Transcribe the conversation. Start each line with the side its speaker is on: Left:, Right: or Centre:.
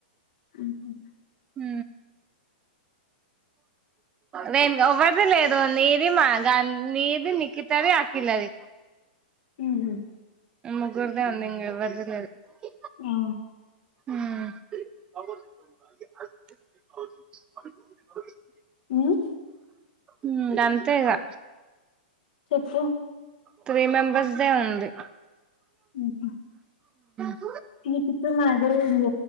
Left: ఉ హు
Right: ఉ నేను ఎవరిది లేదు నీది మాగా నీది నికితది అకిలది
Left: ఉమ్,
Right: అ గురుదా ఉందంగ వర్జదు <unintelligible>
Left: ఆ
Right: ఉ
Left: ఉమ్,
Right: ఉ అంతేగా
Left: చెప్పు
Right: త్రీ మెంబర్స్ డే ఉంది
Left: ఉహు
Right: ఉ
Left: ఈ చిత్రం నా దగ్గర ఉంది